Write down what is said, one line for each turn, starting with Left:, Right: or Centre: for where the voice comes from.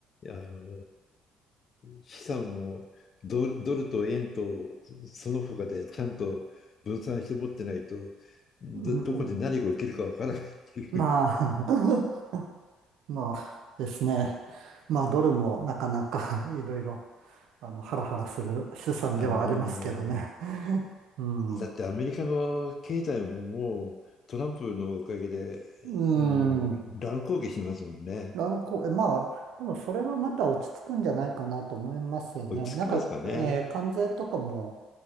Left: あの資産もドル、ドルと円とその他でちゃんと分散して持ってないとど、
Right: うん、
Left: どこで何が起きるかわからないっていう。
Right: まあ、<laughs> まあですね。まあ、ドルもなかなか <laughs> いろいろ、あの、ハラハラする資産ではありますけどね。
Left: <laughs> あの
Right: <laughs> うん。
Left: だってアメリカの経済ももうトランプのおかげで
Right: うん。
Left: もう乱高下しますもんね。
Right: 乱高、え、まあ、でもそれはまた落ち着くんじゃないかなと思いますよね。
Left: 落ち着きますかね。
Right: なんか、えー関税とかも、